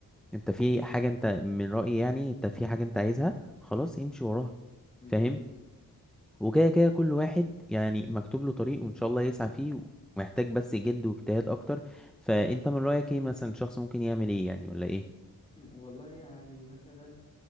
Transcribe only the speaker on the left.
بالظبط
مم. والله يعني مثلا